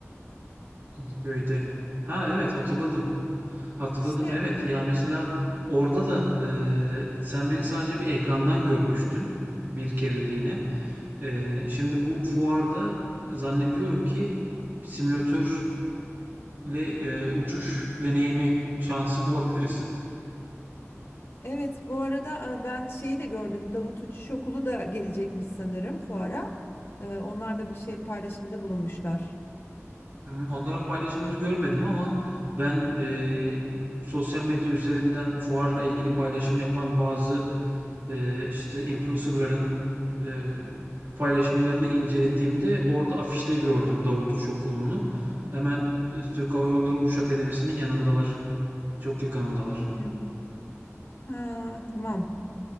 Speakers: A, on the right (about 45°); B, on the left (about 45°).
A: İntiköy'de. Ha evet hatırladım. Hatırladım
B: İşte
A: evet.
B: o-
A: Ya mesela orada da eee, sen beni sadece bir ekrandan görmüştün bir kereliğine. Eee, şimdi bu fuarda zannediyorum ki simülatörle eee, uçuş deneyimi şansı bulabiliriz.
B: evet, bu arada e, ben şeyi de gördüm, Davut Uçuş Okulu da gelecekmiş sanırım fuara. E, onlar da bir şey paylaşımda bulunmuşlar.
A: Hmm, Onların paylaşımını görmedim ama ben eee, sosyal medya üzerinden fuarla ilgili paylaşım yapan bazı Eee, işte influencer'ların, eee, paylaşımlarını incelediğimde orada afişte gördüm Davut Uçuş Okulu'nu. Hemen, eee, Türk Hava Yolları Uçuş Akademisi'nin yanındalar. Çok yakınındalar.
B: Hı hı. Ha, tamam.